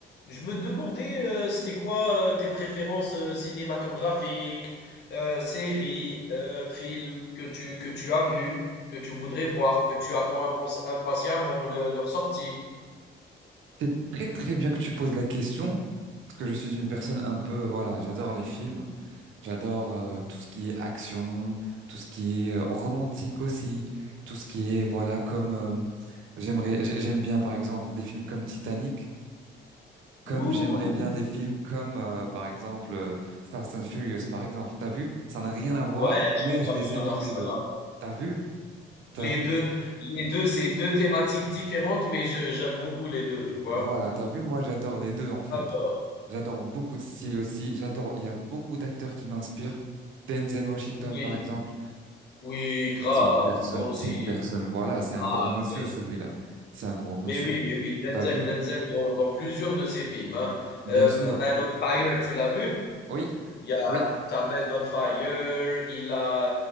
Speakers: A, on the left; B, on the right.
A: Je me demandais, euh, c'était quoi euh, tes préférences euh, cinématographiques, euh, séries, euh, films que tu, que tu as vus, que tu voudrais voir, que tu attends impens- impatiemment le- leur sortie.
B: C'est très très bien que tu poses la question, parce que je suis une personne un peu, voilà, j'adore les films, j'adore euh, tout ce qui est action, tout ce qui est euh, romantique aussi, tout ce qui est, voilà, comme euh, j'aimerais, j'ai- j'aime bien par exemple des films comme Titanic, comme
A: Ouh!
B: j'aimerais bien des films comme euh, par exemple euh, Fast and Furious, par exemple. T'as vu? Ça n'a rien à voir,
A: Ouais,
B: mais
A: j'adore,
B: je les
A: j'adore
B: aime tous les
A: ça,
B: deux.
A: j'adore.
B: T'as vu? T'as
A: Les
B: vu?
A: deux, les deux, c'est deux thématiques différentes, mais je- j'aime beaucoup les deux, tu vois.
B: Voilà, t'as vu? Moi, j'adore les deux en fait.
A: D'accord.
B: J'adore beaucoup de styles aussi. J'adore, il y a beaucoup d'acteurs qui m'inspirent. Denzel Washington,
A: Oui,
B: par exemple,
A: oui, grave,
B: c'est une personne,
A: moi aussi.
B: c'est une personne, voilà, c'est un
A: Ah,
B: grand monsieur,
A: oui.
B: celui-là. C'est un grand monsieur.
A: Mais oui, mais oui, Denzel,
B: T'as vu?
A: Denzel dans, dans plusieurs de ses films, hein.
B: Bien
A: Euh,
B: sûr.
A: Man on Fire, tu l'as vu?
B: Oui,
A: Il y a
B: oui,
A: t'as Man on Fire, il a,